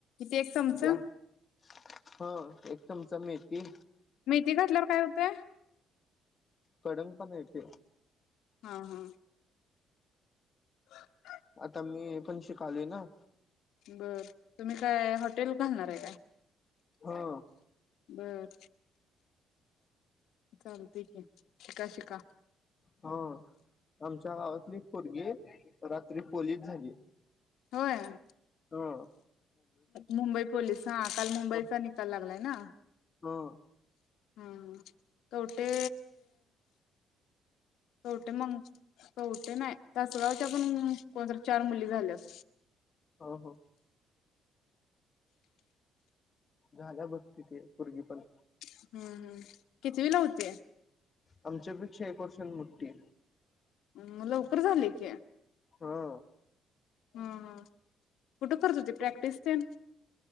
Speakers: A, on the left; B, on the left.
A: एक चमचा
B: जा हा. ते चमचा मेथी
A: मेथी घातल्यावर काय होतंय?
B: कडन्ग पणा येतोय
A: हा हा. <inaudible>
B: आता मी पण शिकालोय ना.
A: बरं तुम्ही काय हॉटेल घालणार आहे काय?
B: हा.
A: बर. चाल शिका शिका.
B: ह आमच्या गावातली एक पोरगी रात्री पोलीस झाली.
A: होय?
B: हा
A: मुंबई पोलीस हा काल मुंबईचा
B: ह
A: निकाल लागलाय ना.
B: हो
A: हां कवठे कवठे मंग कवठे नाही तासगाव <unintelligible> कुणातर चार मुली झाल्यात.
B: हो हो. झाल्या बघ तिथे पोरगी पण.
A: हम्म हम्म कितवीला होती?
B: आमच्या पेक्षा एक वर्षान मोठी.
A: म लवकर झाले की.
B: हां.
A: हम हम कुठं करत होती प्रॅक्टिस तेन?